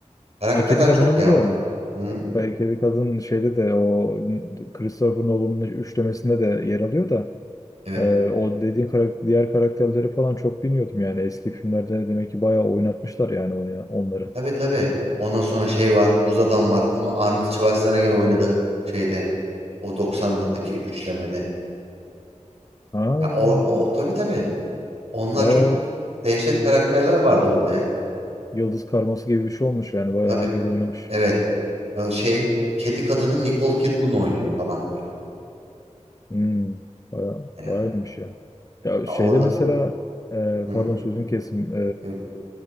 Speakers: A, on the right; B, on the left.
A: Karakterler
B: Ha, Kedi Kadın'ı
A: çok ya
B: biliyorum.
A: orada. Hı?
B: Bay- Kedi Kadın şeyde de o Christopher Nolan'ın üçlemesinde de yer alıyor da
A: Evet.
B: e, o dediğin karak- diğer karakterleri falan çok bilmiyordum yani. Eski filmlerde demek ki bayağı oynatmışlar yani oyna- onları.
A: Tabii tabii. Ondan sonra şey var. Buz adam var. Onu Arnold Schwarzenegger oynadı şeyde. O 90'lardaki üçlemede.
B: Ha,
A: Ya o, o
B: o.
A: tabii tabii. Onlar
B: Bayağı
A: çok dehşet karakterler vardı orada ya.
B: yıldız karması gibi bir şey olmuş yani. Bayağı
A: Tabii.
B: herkes oynamış.
A: Evet. Ya şey kedi kadını Nicole Kidman oynuyor falan böyle.
B: Hmm, bayağı,
A: Ya.
B: bayağıymış ya. Ya
A: Ha,
B: şeyde
A: orada
B: mesela e,
A: Hı hı.
B: pardon sözüm kesim.
A: Yok.